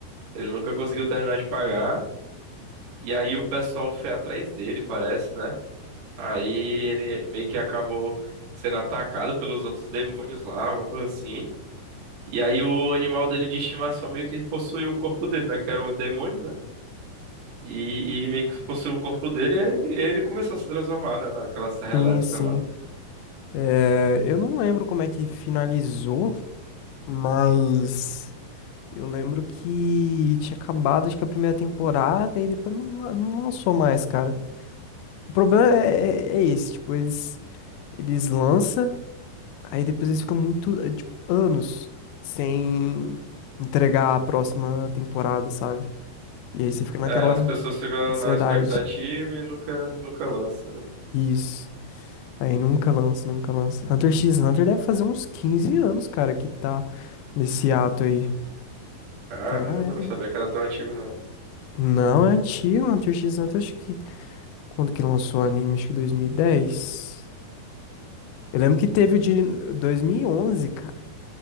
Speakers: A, on the right; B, on the left.
A: ele nunca conseguiu terminar de pagar. E aí o pessoal foi atrás dele, parece, né? Aí ele meio que acabou sendo atacado pelos outros demônios lá, alguma coisa assim. E aí o animal dele de estimação meio que possuiu o corpo dele, né? Que era um demônio, né? E, e meio que possuiu o corpo dele, e ele, ele começou a se transformar, né? Naquela serra
B: Sim,
A: elétrica
B: sim.
A: lá.
B: É, eu não lembro como é que finalizou, mas eu lembro que tinha acabado, acho que a primeira temporada e depois não, não lançou mais, cara. O problema é, é, é esse, tipo, eles, eles lançam, aí depois eles ficam muito, eh, tipo, anos sem entregar a próxima temporada, sabe? E aí você fica naquela
A: É, as pessoas ficam
B: ansiedade.
A: na expectativa e nunca, nunca lança, né?
B: Isso. Aí nunca lança, nunca lança. Hunter x Hunter deve fazer uns 15 anos, cara, que tá nesse ato aí.
A: Caramba,
B: Até mais.
A: não sabia que era tão antigo, não.
B: Não, é antigo. Hunter x Hunter, acho que. Quando que lançou o anime? Acho que 2010. Eu lembro que teve o de 2011, cara.